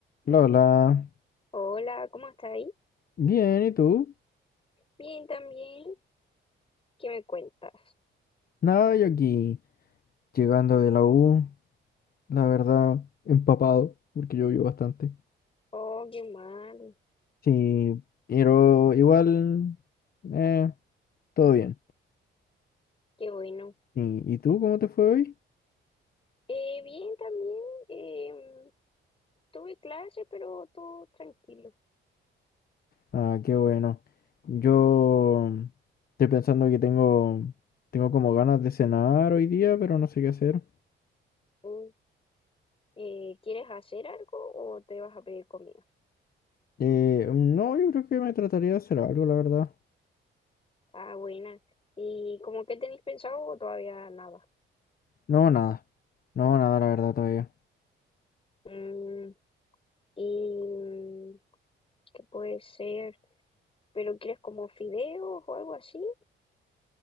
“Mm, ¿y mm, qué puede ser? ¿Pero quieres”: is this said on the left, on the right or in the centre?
Left